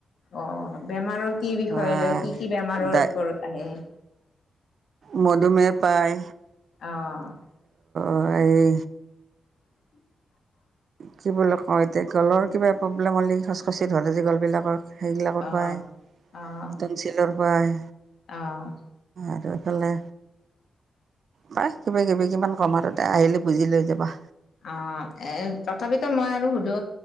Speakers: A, on the left; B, on the right.
A: অ বেমাৰৰ কি বিষয়
B: বা
A: লয় কি কি বেমাৰৰ ওপৰত আহে
B: মধুমেহ পায়
A: আহ
B: হয় এই
A: <unintelligible>
B: কি বুলি কওঁ এতিয়া গলৰ কিবা প্ৰব্লেম হ'ললে খচখচি ধৰে যে গলবিলাকৰ সেইবিলাকৰ
A: অ',
B: পায়
A: অ',
B: টনঞ্চিলৰ পায়
A: অ'।
B: আৰু ইফালে পায় কিবা কিবি কিমান কম আৰু আহিলে পুজি লৈ যাবা
A: অ এ তথাপিতো মই আৰু সুধো